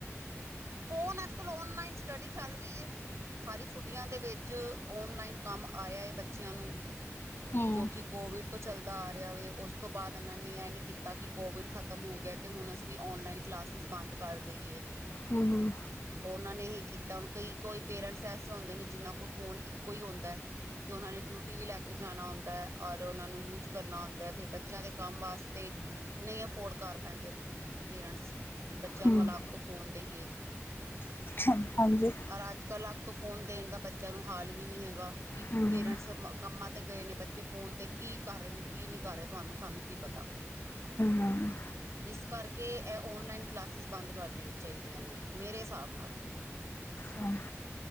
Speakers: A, on the right (about 65°); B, on the left (about 45°).
A: ਫੋਨ ਅੱਜ ਕੱਲ ਓਨਲਾਈਨ ਸਟੱਡੀ ਚੱਲ ਰਹੀ ਹੈ ਸਾਰੀ ਛੁੱਟੀਆਂ ਦੇ ਵਿੱਚ ਔਨਲਾਈਨ ਕੰਮ ਆਇਆ ਹੈ ਬੱਚਿਆਂ ਨੂੰ
B: ਹੂੰ।
A: ਜੋ ਕਿ ਕੋਵਿਡ ਤੋਂ ਚਲਦਾ ਆ ਰਿਹਾ ਵ ਉਸ ਤੋਂ ਬਾਅਦ ਇਹਨਾਂ ਨੇ ਇਹ ਨੀ ਕੀਤਾ ਕਿ ਕੋਵਿਡ ਖਤਮ ਹੋ ਗਿਆ ਤੇ ਹੁਣ ਅਸੀਂ ਓਨਲਾਈਨ ਕਲਾਸਿਸ ਬੰਦ ਕਰ ਦੇਈਏ
B: ਹਮ ਹਮ
A: ਉਹਨਾਂ ਨੇ ਹੀ ਕੀਤਾ ਹੁਣ ਕਈ ਕੋਈ ਪੇਰੈਂਟਸ ਐਸੇ ਹੁੰਦੇ ਨੇ ਜਿਨਾਂ ਕੋਲ ਫੋਨ ਇੱਕੋ ਹੀ ਹੁੰਦਾ ਹੈ ਜੋ ਉਹਨਾਂ ਨੇ ਡਿਊਟੀ ਵੀ ਲੈ ਕੇ ਜਾਣਾ ਹੁੰਦਾ ਹੈ ਔਰ ਉਹਨਾਂ ਨੂੰ ਯੂਜ ਕਰਨਾ ਹੁੰਦਾ ਹੈ ਫਿਰ ਬੱਚਿਆਂ ਦੇ ਕੰਮ ਵਾਸਤੇ ਨਹੀਂ ਅਫੋਰਡ ਕਰ ਪੈਂਦੇ ਪੇਰੈਂਟਸ ਕਿ ਬੱਚਿਆਂ
B: ਹੂੰ
A: ਨੂੰ ਅਲੱਗ ਤੋਂ ਫੋਨ ਦੇਈਏ
B: ਹੂੰ ਹਾਂਜੀ
A: ਰ ਅੱਜ ਕੱਲ੍ਹ ਅਲੱਗ ਤੋਂ ਫੋਨ ਦੇਣ ਦਾ ਬੱਚਿਆਂ ਨੂੰ ਹਾਲ ਵੀ ਨੀ ਹੈਗਾ ਕਿ
B: ਹੂੰ
A: ਪੇਰੈਂਟਸ ਕੰਮਾਂ ਤੇ ਗਏ ਨੇ ਬੱਚੇ ਫੋਨ ਤੇ ਕੀ ਕਰ ਰਹੇ ਨੇ ਕੀ ਨਹੀਂੀ ਕਰ ਰਹੇ ਤੁਹਾਨੂੰ ਸਾਨੂੰ ਕੀ ਪਤਾ
B: ਹਮ
A: ਇਸ ਕਰਕੇ ਇਹ ਓਨਲਾਈਨ ਕਲਾਸਿਸ ਬੰਦ ਕਰ ਦੇਣ ਚਾਹੀਦੀਆਂ ਨੇ ਮੇਰੇ ਹਿਸਾਬ ਨਾਲ
B: ਹਾਂ